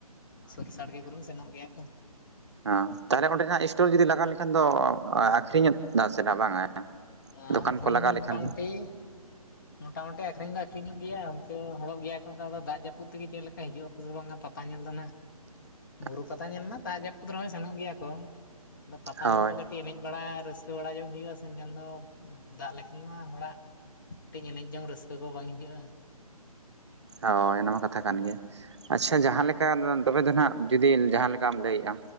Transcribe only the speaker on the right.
ᱦᱮᱸ ᱛᱟᱦᱚᱞᱮ ᱚᱸᱰᱮᱱᱟᱜ ᱤᱥᱴᱚᱞ ᱡᱩᱫᱤ ᱞᱟᱜᱟᱣ ᱞᱮᱠᱷᱟᱱ ᱫᱚ ᱟᱠᱷᱨᱤᱧᱚᱜ ᱱᱟᱥᱮ ᱵᱟᱝᱟ?
ᱫᱚᱠᱟᱱ
ᱠᱚ ᱞᱟᱜᱟᱣ
ᱞᱮᱠᱷᱟᱱ ᱫᱚ
<inaudible>
ᱦᱳᱭ
ᱦᱳᱭ ᱚᱱᱟᱢᱟ ᱠᱟᱛᱷᱟ ᱠᱟᱱ ᱜᱮᱭᱟ ᱟᱪᱪᱷᱟ ᱡᱟᱦᱟᱸ ᱞᱮᱠᱟ ᱫᱚᱵᱮ ᱫᱚ ᱱᱟᱱᱟᱜ ᱡᱩᱫᱤ ᱡᱟᱦᱟᱸ᱾ ᱪᱟᱢ ᱞᱟᱹᱭᱮᱜᱼᱟ